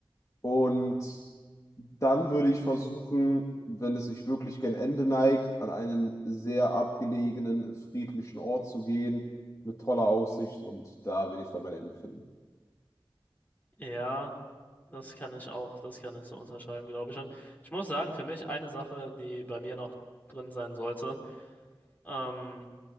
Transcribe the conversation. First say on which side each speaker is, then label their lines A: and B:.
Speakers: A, on the left; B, on the left.
A: Und dann würde ich versuchen, wenn es sich wirklich gen Ende neigt, an einen sehr abgelegenen, friedlichen Ort zu gehen. mit toller Aussicht und da will ich dann mein Ende finden.
B: ja, das kann ich auch, das kann ich so unterschreiben, glaube ich. Und ich muss sagen, für mich eine Sache, die bei mir noch drin sein sollte, ähm,